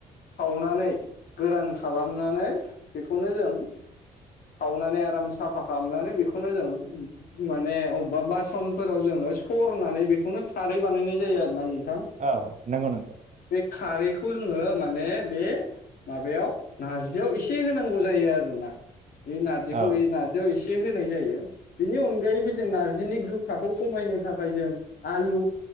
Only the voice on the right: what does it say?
औ नंगौ नंगौ
औ